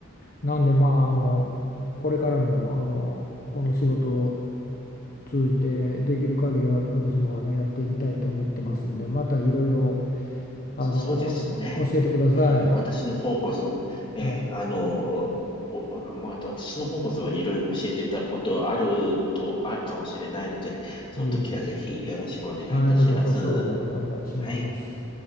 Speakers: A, on the left; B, on the left.
A: なんで、まあ、あの、これからも、あの、この仕事を通じてできる限りは私もあのやっていきたいと思ってますんで、またいろいろ、あの、
B: そうですね。
A: おお教えてください。
B: ええ、私の方こそ、ええ、
A: はい。
B: あの、お、おまあ、私の方こそいろいろ教えていただくことあると、あるかもしれないので、その時はぜひよろしくお願いいたします。
A: いえいえ。はい、こちらこそお願いします。
B: はい。